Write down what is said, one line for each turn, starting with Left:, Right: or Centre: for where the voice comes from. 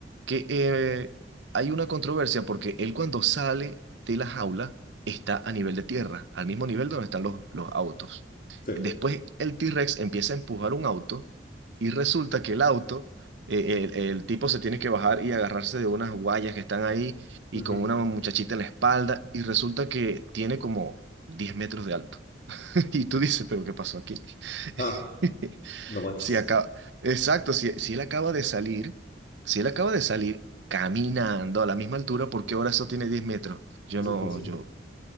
Right: que eh, hay una controversia porque él cuando sale de la jaula está a nivel de tierra, al mismo nivel donde están los, los autos.
Left: sí.
Right: Después el T-Rex empieza a empujar un auto y resulta que el auto, eh, el, el tipo se tiene que bajar y agarrarse de unas guayas que están ahí y
Left: Ujú.
Right: con una muchachita en la espalda y resulta que tiene como 10 metros de alto. <laughs> Y tú dices, pero ¿qué pasó aquí?
Left: Ah,
Right: <laughs>
Left: no manches.
Right: Si acaba, exacto, si, si él acaba de salir, si él acaba de salir caminando a la misma altura, ¿por qué ahora eso tiene 10 metros?
Left: <laughs>
Right: Yo
Left: Sí,
Right: no,
Left: pues sí.
Right: yo